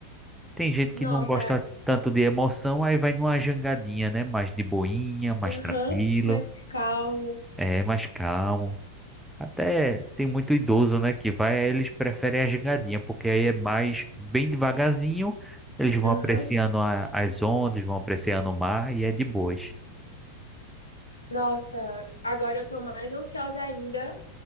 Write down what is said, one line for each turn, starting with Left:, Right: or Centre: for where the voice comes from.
Centre: Tem gente que
Left: Nossa.
Centre: não gosta tanto de emoção, aí vai numa jangadinha, né? Mais de boinha, mais
Left: Aham,
Centre: tranquilo,
Left: mas calmo.
Centre: é mais calmo. Até tem muito idoso, né, que vai, aí eles preferem a gingadinha, porque aí é mais bem devagarzinho, eles vão
Left: Aham.
Centre: apreciando a- as ondas, vão apreciando o mar e é de boas.
Left: Nossa, agora eu tô mais ansiosa ainda